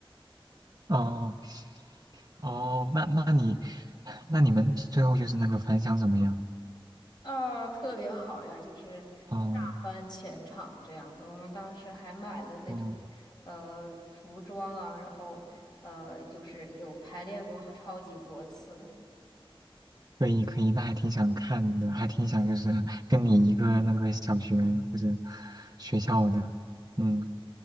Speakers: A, on the right (about 40°); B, on the left (about 50°).
A: 哦哦，那那你，那你们最后就是那个反响怎么样？
B: 啊，特别好呀，就是
A: 哦
B: 大翻全场这样子。我们当时还买了那种
A: 哦，
B: 呃服装啊，然后呃就是有排练过超级多次。
A: 可以可以，那还挺想看的，还挺想就是 <laughs> 跟你一个那个小学或者学校的，嗯